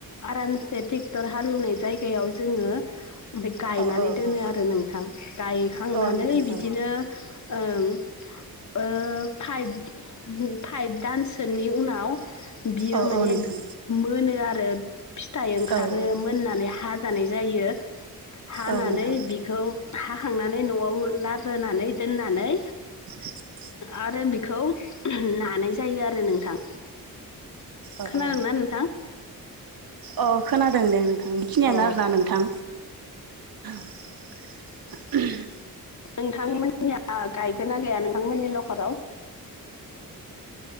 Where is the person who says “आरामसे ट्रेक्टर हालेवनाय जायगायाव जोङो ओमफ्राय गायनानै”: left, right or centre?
Left